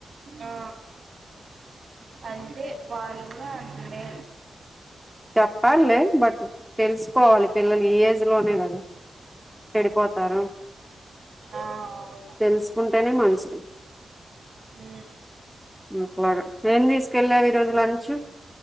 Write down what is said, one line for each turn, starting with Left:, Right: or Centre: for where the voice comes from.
Right: ఆ అంటే వాళ్ళు కూడా అంటుండే
Centre: చెప్పాలి లె బట్ తెలుసుకోవాలి పిల్లలు ఈ ఏజ్ లోనే కదా చెడిపోతారు
Right: ఆ అవును
Centre: తెలుసుకుంటేనే మంచిది
Right: ఉ
Centre: అట్లాగా ఏం తీసుకెళ్ళావు ఈరోజు లంచ్